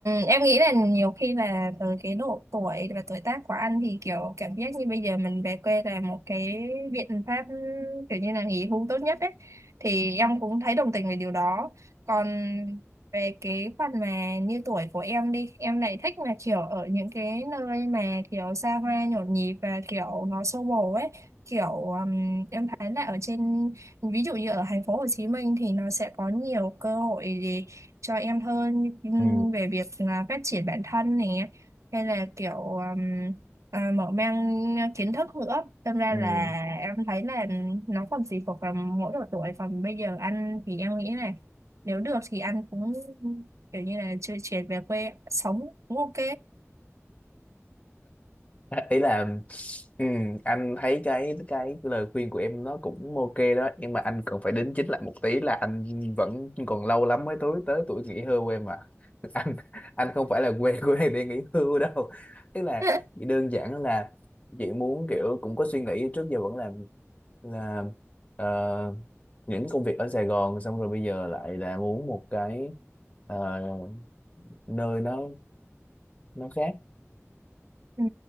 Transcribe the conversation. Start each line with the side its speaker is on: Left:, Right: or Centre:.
Right: em nghĩ là nhiều khi là từ cái độ tuổi và tuổi tác của anh thì kiểu cảm giác như bây giờ mình về quê là một cái biện pháp kiểu như là nghỉ hưu tốt nhất ấy thì em cũng thấy đồng tình về điều đó còn về cái phần mà như tuổi của em đi em lại thích mà kiểu ở những cái nơi mà kiểu xa hoa nhộn nhịp và kiểu nó xô bồ ấy kiểu ừm, em thấy là ở trên ví dụ như ở thành phố Hồ Chí Minh thì nó sẽ có nhiều cơ hội cho em hơn ừm,
Left: Ừ.
Right: về việc là phát triển bản thân này hay là kiểu ừm, à, mở mang kiến thức nữa đâm ra
Left: Ừ.
Right: là em thấy là nó còn tùy thuộc vào mỗi độ tuổi còn bây giờ anh thì em nghĩ là nếu được thì anh cũng kiểu như là chưa chuyển về quê sống cũng ok
Left: ý là ừm, anh thấy cái cái lời khuyên của em nó cũng ok đó nhưng mà anh cần phải đính chính lại một tí là anh vẫn còn lâu lắm mới tới tới tuổi nghỉ hưu em à <laughs> anh anh không phải là quê của này để nghỉ hưu đâu tức là
Right: <laughs>
Left: chỉ đơn giản là chị muốn kiểu cũng có suy nghĩ trước giờ vẫn làm là ờ, những công việc ở Sài Gòn xong rồi bây giờ lại là muốn một cái ờ, nơi nó nó khác
Right: Ừ.